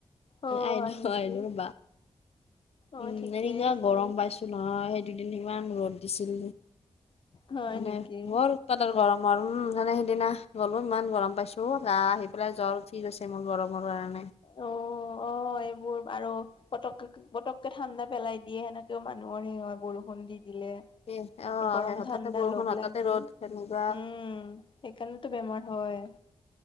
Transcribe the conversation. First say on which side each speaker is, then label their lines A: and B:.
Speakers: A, on the left; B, on the left.
A: অ
B: আইলো
A: হয় নেকি
B: আইলো ৰ'বা উম,
A: অ ঠিকেই
B: এনেকা
A: আছে
B: গৰম পাইছো। নহয় সেই দুদিন ইমান ৰ'দ দিছিল,
A: হয়
B: মানে
A: নেকি।
B: বৰ <unintelligible> গৰম আৰু উম, মানে সিদিনা গ'লো ইমান গৰম পাইছো গা আহি পেলাই জ্বৰ উঠিগৈছে মোৰ গৰমৰ কাৰণে।
A: অ', অ', এইবোৰ আৰু পটককে পটককে ঠাণ্ডা পেলাই দিয়ে সেনেকেও মানুহৰ সেই হয়, বৰষুণ দি দিলে।
B: এ অ'
A: গৰম
B: সেই হঠাতে
A: ঠাণ্ডা
B: বৰষুণ
A: লগ
B: হঠাতে
A: লাগি
B: ৰ'দ তেনেকুৱা
A: উম। সেইকাৰণেতো বেমাৰ হয়।